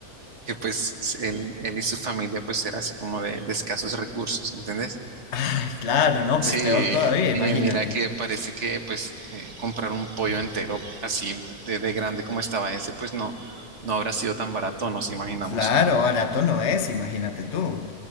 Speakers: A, on the right; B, on the left.
A: que pues él, él y su familia pues era así como de, de escasos recursos, ¿entendés?
B: <laughs> Ay, claro, no,
A: Sí,
B: pues peor todavía, imagínate.
A: y mira que parece que pues eh, comprar un pollo entero así de, de grande como estaba ese, pues no, no habrá sido tan barato, nos imaginamos.
B: Claro, barato no es, imagínate tú.